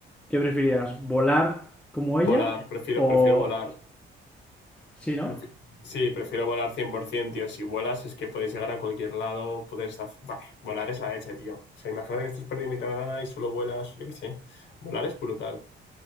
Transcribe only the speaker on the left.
Volar, prefiero,
prefiero volar.
Prefi- Sí, prefiero volar 100%, tío. Si vuelas es que puedes llegar a cualquier lado, puedes hacer... Bah, volar es la leche, tío. O sea, imagínate que estás perdido en mitad de la nada y solo vuelas, yo qué sé. Volar es brutal.